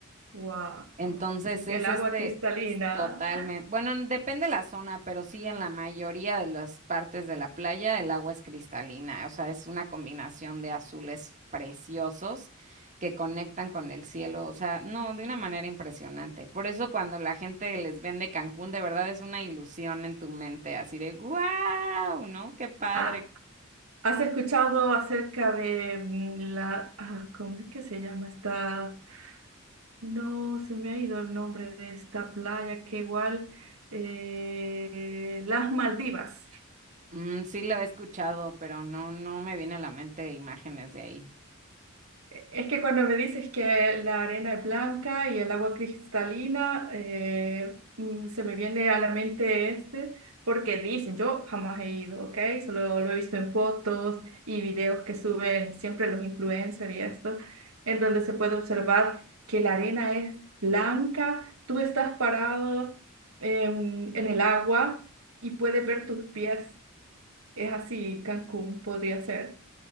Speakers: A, on the right; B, on the right.
A: Wow.
B: Entonces es
A: El agua
B: este
A: cristalina.
B: totalmente, bueno, n- depende la zona, pero sí en la mayoría de las partes de la playa el agua es cristalina, o sea, es una combinación de azules preciosos que conectan con el cielo, o sea, no, de una manera impresionante. Por eso cuando la gente les vende Cancún, de verdad es una ilusión en tu mente, así de wow, ¿no? Qué padre.
A: Ah, ¿has escuchado acerca de mm, la... ah, ¿cómo es que se llama esta? No, se me ha ido el nombre de esta playa, que igual... eh, las Maldivas.
B: Mm, sí lo he escuchado, pero no, no me viene a la mente imágenes de ahí.
A: Es que cuando me dices que la arena es blanca y el agua cristalina, eh, mm, se me viene a la mente este, porque dicen, yo jamás he ido, ¿ok? Solo lo he visto en fotos y videos que suben siempre los influencers y esto, en donde se puede observar que la arena es blanca, tú estás parado em, en el agua y puedes ver tus pies. Es así, Cancún podría ser,